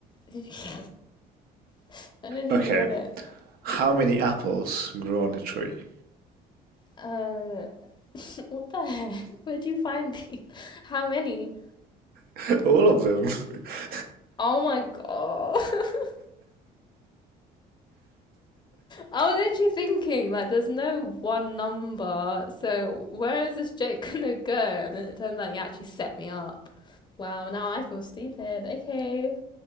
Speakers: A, on the left; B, on the right.
A: Did you... <laughs> I don't think
B: Okay,
A: you got it.
B: How many apples grow on a tree?
A: Uh, <laughs> what the heck? Where'd you find these? How many?
B: <laughs> All of them. <laughs>
A: Oh my god. <laughs> I was actually thinking, like, there's no one number, so where is this joke <laughs> gonna go? And then it turns out you actually set me up. Wow, now I feel stupid. Okay,